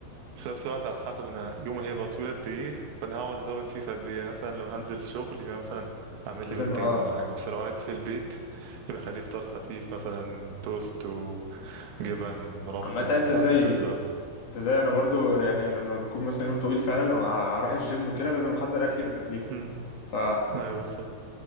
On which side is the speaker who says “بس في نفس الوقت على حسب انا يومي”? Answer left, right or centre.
Right